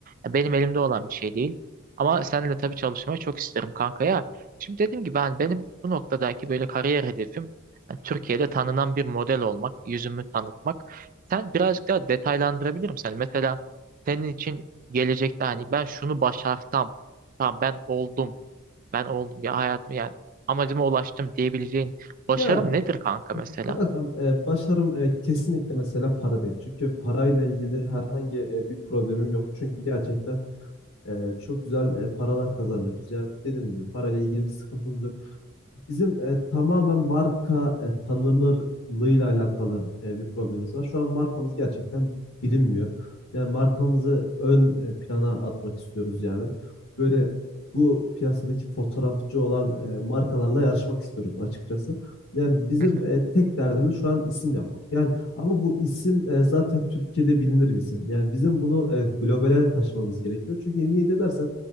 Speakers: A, on the right; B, on the left.
A: ya benim elimde olan bir şey değil. Ama seninle tabii çalışmayı çok isterim kanka ya. Şimdi dediğim gibi ben benim bu noktadaki böyle kariyer hedefim yani Türkiye'de tanınan bir model olmak, yüzümü tanıtmak. Sen birazcık daha detaylandırabilir misin? Hani mesela senin için gelecekte hani ben şunu başarsam, tamam ben oldum, ben oldum ya hayatım yani amacıma ulaştım diyebileceğin başarım
B: Ya
A: nedir kanka mesela?
B: Kankam, e, başarım e, kesinlikle mesela para değil. Çünkü parayla ilgili herhangi e, bir problemim yok. Çünkü gerçekten e, çok güzel e, paralar kazanıyoruz. Yani dediğim gibi parayla ilgili bir sıkıntımız yok bizim e, tamamen marka e, tanınırlığıyla alakalı e, bir problemimiz var. Şu an markamız gerçekten bilinmiyor. Yani markamızı ön e, plana atmak istiyoruz yani. Böyle bu piyasadaki fotoğrafçı olan e, markalarla yarışmak istiyoruz açıkçası. Yani bizim
A: <laughs>
B: e, tek derdimiz şu an isim yapmak. Yani ama bu isim e, zaten Türkiye'de bilinir bir isim. Yani bizim bunu e, globale taşımamız gerekiyor. Çünkü niye de dersen